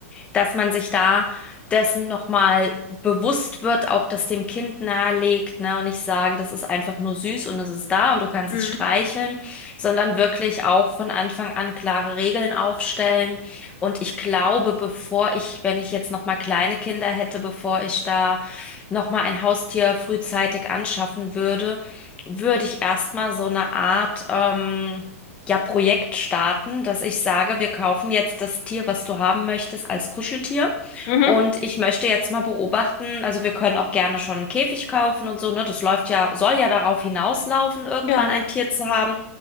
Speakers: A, on the left; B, on the left.
A: dass man sich da dessen nochmal bewusst wird, auch das dem Kind nahelegt, ne, und nicht sagen, das ist einfach nur süß und es ist da und du kannst
B: Mhm.
A: es streicheln, sondern wirklich auch von Anfang an klare Regeln aufstellen. Und ich glaube, bevor ich, wenn ich jetzt nochmal kleine Kinder hätte, bevor ich da nochmal ein Haustier frühzeitig anschaffen würde, würde ich erstmal so eine Art, ähm, ja, Projekt starten, dass ich sage, wir kaufen jetzt das Tier, was du haben möchtest, als Kuscheltier.
B: Mhm.
A: Und ich möchte jetzt mal beobachten, also wir können auch gerne schon einen Käfig kaufen und so, ne? Das läuft ja, soll ja darauf hinauslaufen, irgendwann
B: Ja.
A: ein Tier zu haben.